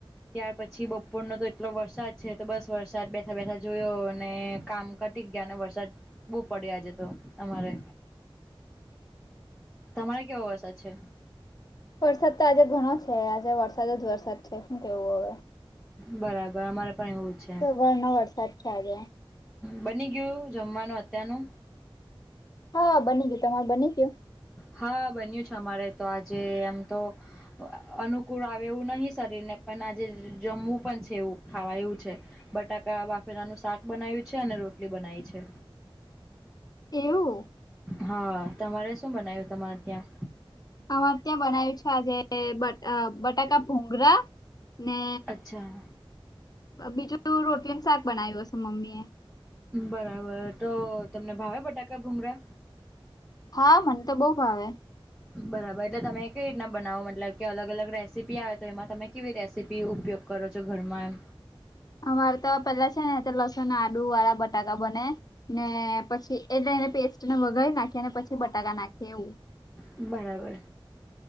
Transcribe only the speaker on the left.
વરસાદ તો આજે ઘણો છે. આજે વરસાદ જ વરસાદ છે. હું કેવું હવે.
સવારનો વરસાદ છે આજે
હ બની ગીયું. તમાર બની ગીયું?
એવું!
અમાર ત્યાં બનાયવુ છે આજે, બટ અ બ બટાકા-ભુંંગરા. ને...
બીજુ તો, રોટલી ને સાક બનાયવુ સે મમ્મી એ.
હા, મન ત બો ભાવે.
અમાર ત પેલા છે ને, લસણ ને આડુ વાળા બટાકા બને. ને પછી એટે, એને પેસ્ટને વઘાઈ નાખીએ ને પછી બટાકા નાખીએ એવું.